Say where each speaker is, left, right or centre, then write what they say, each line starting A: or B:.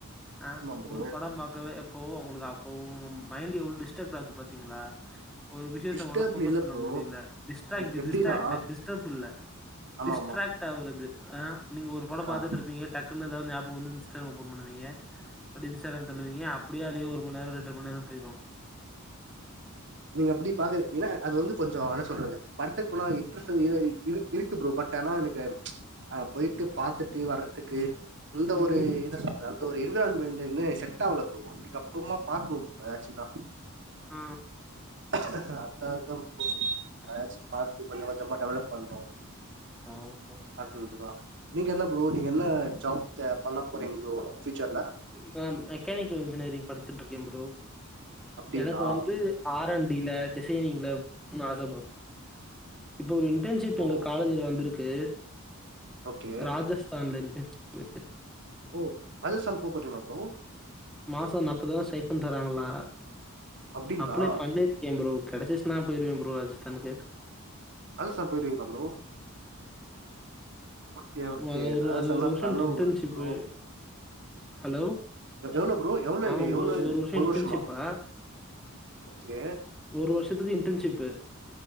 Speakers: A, in the centre; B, on the right.
A: ஆ
B: ஆமா ப்ரோ
A: ஒரு படம் பா க்கவே இப்போ உங்களுக்கு அப்போ உங்க மைண்ட் எவ்ளோ டிஸ்ட்டாக்ட் ஆகுது பாத்தீங்ளா ஒரு விஷயத்த
B: டிஸ்டர்ப்
A: உங்கள போக்கஸ்
B: இல்ல
A: பண்ண
B: ப்ரோ
A: முடில டிஸ்டாக் திது
B: எப்டின்னா
A: டிஸ்டாக்ட் டிஸ்டபில்ல
B: ஆமா
A: டிஸ்ட்ராக்ட்
B: ஆமா
A: ஆவுறது அ நீங்க ஒரு படம்
B: கா
A: பாத்துட்டு இருப்பீங்க டக் குனு எதாவ்து ஞாபகோ வந்து இன்ஸ்டா ஓபன் பண்ணுவீங்க அப்டியே இன்ஸ்டகிராம் தள்ளுவீங்க அப்டியே அதுலியே ஒரு மண்நேரோ ரெண்டுமண் நேரோ போய்ரு
B: நீங்க அப்டி பாக்குறீ இல்ல அது வந்து கொஞ் சோ அவ என்ன சொல்றது படத்துக்கு போனா இன்ட்ரெஸ்ட் இற இரு இருக்கு ப்ரோ பட் ஆனா எனக்கு ஆ போயிட்டு பாத்துட்டு வரதுக்கு அந்த
A: ம்
B: ஒரு இத சொல்ற அந்த ஒரு என்விரான்மெண்டு இன்னு செட்டாகல ப்ரோ <unintelligible> அப்றம <unintelligible> ஏக்சுலா
A: ம்
B: அதா அதா ப்ரோ எதாச்சு பாத்து கொஞ்ச கொஞ்சமா டெவலப் பண்ணு
A: ஆமா ப்ரோ
B: பாக்கணுன்டு தா நீங்க என்ன ப்ரோ நீங்க என்ன ஜாப் தே பண்ண போறீங் ப்ரோ ஃபியூச்சர்ல
A: நா மெக்கானிக்கல் இன்ஜினியரிங் படிச்சுட்டு இருக்கே ப்ரோ
B: அப்டிங்களா
A: எனக்கு வந்து ஆர் அன் டில டிசைனிங்ல <inaudible> ஆச ப்ரோ இப்போ இன்டர்ன்ஷிப்பு
B: ஓ
A: எங்க காலேஜல வந்துருக்கு
B: ஓகே
A: ராஜஸ்தான்ல இன்டர்ன்ஷிப்பு
B: ஓ ராஜஸ்தான் போப்போறீங்ளா ப்ரோ
A: மாசோ நாப்பதுருவா ஸ்டைப்பன் தராங்களா
B: அப்டிங்களா
A: அப்ளே பண்ணீருக் கே ப்ரோ கெடச்சிர்ஸ்ன்னா போய்ருவே ப்ரோ ராஜஸ்தான்க்கு
B: ராஜஸ்தான் போய்ருவீங்ளா ப்ரோ ஓகே ஓகே
A: ப்ரோ அது ஒரு
B: ராஜஸ்தான்லா
A: அது ஒரு வர்ஷோ
B: நல்ல
A: டின்டன்ஷிப்பு
B: ஊரு ப்ரோ
A: ஹலோ
B: எ எவ்ளோ ப்ரோ எவ்ளோ
A: ஆமாம்
B: ஐ டி
A: ப்ரோ.
B: எவ்ளோ இது
A: வருஷம்
B: ஒரு
A: இன்டர்ன்ஷிப்பா?
B: வர்ஷமா ஓகே
A: ஒரு வர்ஷத்துக்கு இன்டன்ஷிப்பு